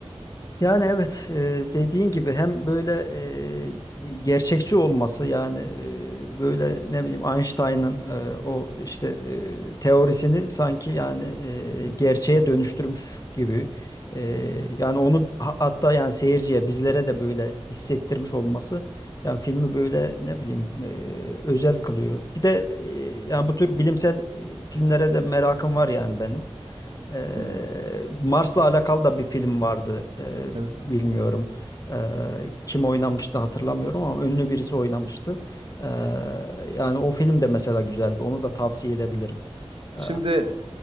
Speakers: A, on the left (about 35°); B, on the right (about 55°).
A: Yani evet e, dediğin gibi hem böyle e, gerçekçi olması yani e, böyle ne bileyim Einstein'ın e, o işte e, teorisini sanki yani e, gerçeğe dönüştürmüş gibi E, yani onu ha- hatta yani seyirciye bizlere de böyle hissettirmiş olması yani filmi böyle ne bileyim e, özel kılıyor. Bir de e, yani bu tür bilimsel e, filmlere de merakım var yani benim. Ee,
B: Hmm.
A: Mars'la alakalı da bir film vardı. Ee,
B: Evet.
A: bilmiyorum. Ee, kim oynamıştı hatırlamıyorum ama ünlü birisi oynamıştı. Ee, yani o film de mesela güzeldi. Onu da tavsiye edebilirim.
B: Şimdi
A: Ee,